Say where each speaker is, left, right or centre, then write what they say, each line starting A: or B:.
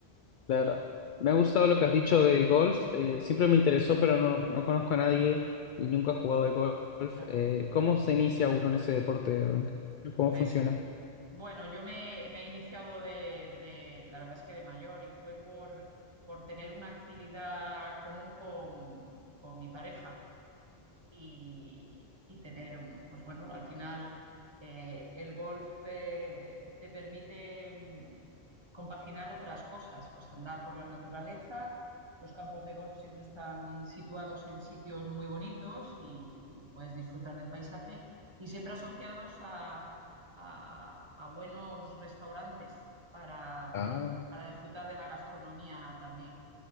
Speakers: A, on the left; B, on the right.
A: Claro. Me ha gustado lo que has dicho del golf. eh, siempre me interesó, pero no, no conozco a nadie y nunca he jugado de golf.
B: <laughs>
A: Eh, ¿cómo se inicia uno en ese deporte? ¿Cómo
B: Pues
A: funciona?
B: Bueno, yo me, me he iniciado de, de- la verdad es que de mayor y fue por, por tener una actividad común con, con mi pareja y, y tener un, pues bueno, al final eh, el golf eh, te permite mm, compaginar otras cosas, pues andar por la naturaleza. Los campos de golf siempre están situados en sitios muy bonitos y, y puedes disfrutar del paisaje y siempre asociados a, a- a buenos restaurantes para,
A: Ah,
B: para disfrutar de la gastronomía también.